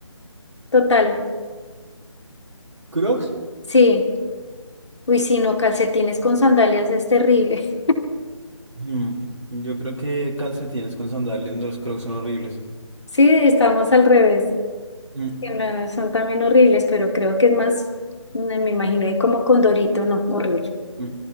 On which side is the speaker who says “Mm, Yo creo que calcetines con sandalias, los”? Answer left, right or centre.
Right